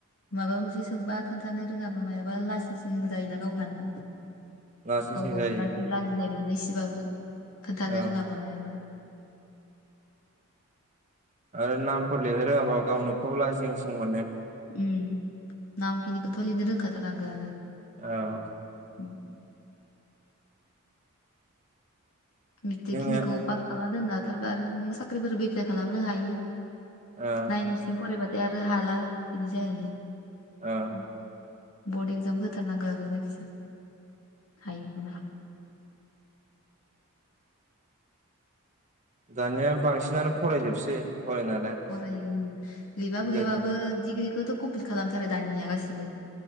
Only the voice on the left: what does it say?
माबा मोनसे सोंबा खोन्थानो रोङाबा मायाबा लासिं सिं जायोना गावहानो
गाव
गाव
लासिं लाजिनाय मोनो एसेबाबो खोन्थानो
रोङाबा मायाबा।
उम नामखिनिखौथ' लिरनो रोंखाथारनांगौ आरो।
उम मेट्रिक
खिनिखौ पास खालामना दोननाथारबा आरो नोंङ साख्रिफोरबो एफप्लाय खालामनो हायो।
नाइनसिम फरायबाथाय आरो हाला बिदि जाहैयो
उम। बर्ड एक्जाम होथारनांगौ आरो जायखिजाया हायोब्ला। <inaudible>
फरायो उम गैयबाबो गैयाबाबो
डिग्रिखौथ' कमप्लिट खालामथारो दाननिया गासिबो।